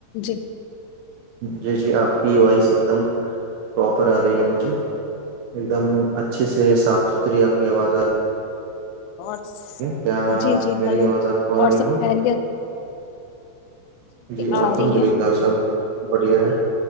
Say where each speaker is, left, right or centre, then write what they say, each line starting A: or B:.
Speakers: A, on the left; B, on the right.
A: جی
B: جی جی آپ کی وائس ایک دم پراپر آ رہی ہے مجھے ایک دم اچھے سے صاف ستھری آپ کی آواز آ
A: اور
B: کیا
A: جی جی
B: میری
A: ہلو
B: آواز آپ کو آ
A: اور
B: رہی
A: سب
B: ہے
A: خیریت
B: جی الحمد
A: آ رہی ہے
B: للہ سب بڑھیا ہے